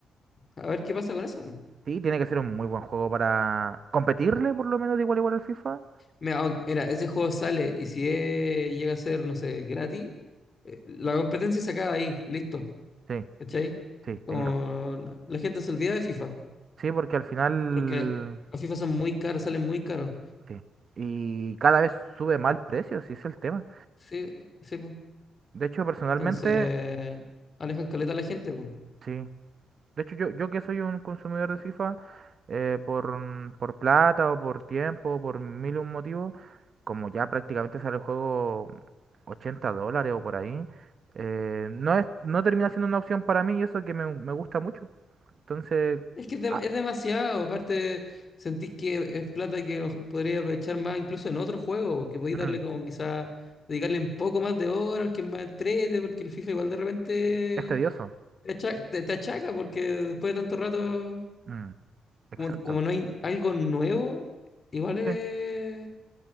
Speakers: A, on the left (about 40°); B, on the right (about 55°).
A: A ver qué pasa con eso.
B: sí, tiene que ser un muy buen juego para competirle por lo menos de igual a igual al FIFA.
A: Mira, aunque- mira, ese juego sale y si eh, llega a ser, no sé, gratis, eh, la competencia se acaba ahí, listo.
B: Sí,
A: ¿Cachai?
B: sí,
A: Como
B: tienes razón.
A: la gente se olvida de FIFA,
B: Sí, porque al final...
A: porque los FIFA son muy caros, salen muy caros.
B: Sí. Y cada vez sube mal precio, sí es el tema.
A: Sí, sí, pues.
B: De hecho, personalmente,
A: Entonces, alejan caleta a la gente, pues.
B: sí. De hecho, yo, yo que soy un consumidor de FIFA, eh, por, mm, por plata o por tiempo, por mil y un motivos, como ya prácticamente sale el juego 80 dólares o por ahí, eh, no es, no termina siendo una opción para mí y eso que me, me gusta mucho. Entonces,
A: Es que es, dem-
B: ah,
A: es demasiado, aparte sentís que es plata que a lo mejor podría aprovechar más incluso en otro juego, que podéis darle
B: mm,
A: como quizá, dedicarle un poco más de hora, al que es más entrete, porque el FIFA igual de repente
B: es tedioso.
A: te acha- te- te achaca, porque después de tanto rato,
B: Mm, exacto.
A: como, como no hay algo nuevo, igual es-
B: Sí.